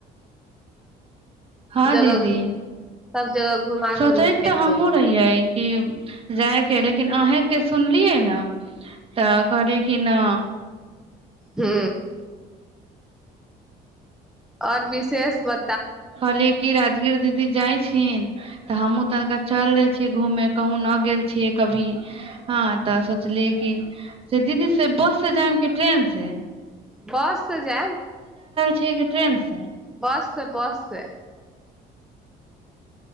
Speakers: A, on the right; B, in the centre.
A: हँ
B: जगह
A: दीदी
B: सब जगह घुमा
A: सचैत
B: के ले जायके
A: तऽ हमहुँ रहियै कि जाइ लेकिन अहें के सुनलियै तऽ कहली कि न
B: हू आओर विशेष ब
A: खली क राजगीर दीदी जाइथिन तऽ हमहुूँ तनिका चल जाय छियै घूमे कहूँ न गेल छियै कभी हँ तऽ सोचलियै कि से दीदी से बस से जायम कि ट्रेन से
B: बस तऽ जाय
A: छै कि ट्रेनसँ
B: बस छै बस छै